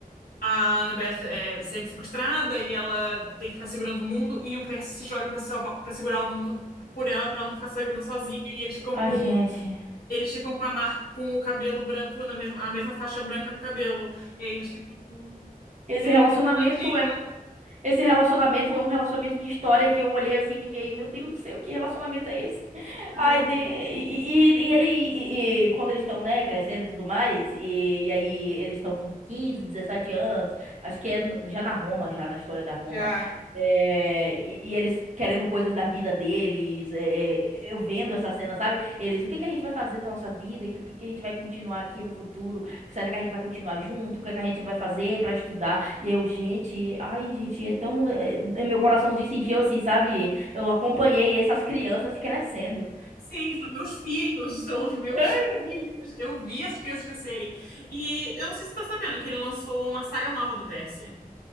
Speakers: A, on the left; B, on the right.
A: a Annabeth é semi-sequestrada e ela tem que ficar segurando o mundo e o Percy se joga para salvar, para segurar o mundo por ela, para ela não ficar segurando sozinha. E eles ficam
B: Ai,
A: com
B: gente.
A: eles ficam com a marca, com o cabelo branco na mesma, a mesma faixa branca no cabelo. E aí eles ficam com,
B: Esse
A: é,
B: relacionamento
A: grandinho,
B: é, esse relacionamento é um relacionamento de história que eu olhei assim e fiquei, meu Deus do céu, que relacionamento é esse?
A: lindo.
B: Ai, de... e, e- e ele, e, e quando eles estão, né, crescendo e tudo mais, e, e aí eles estão com 15 17 anos, acho que é n- já na Roma, já na história da Roma,
A: Já.
B: é, e, e eles querendo coisas da vida deles, é, é, eu vendo essa cena, sabe? Eles, o que que a gente vai fazer da nossa vida? O que, que que a gente vai continuar aqui no futuro? Será que a gente vai continuar junto? O que que a gente vai fazer pra estudar? E eu, gente, ai, gente, é tão. é- é- meu coraçãozinho se encheu assim, sabe? Eu acompanhei essas crianças crescendo.
A: Sim, são meus filhos, <laughs> são os meus
B: É.
A: filhos. Eu vi essas crianças crescerem. E eu não sei se você tá sabendo que ele lançou uma saga nova do Percy,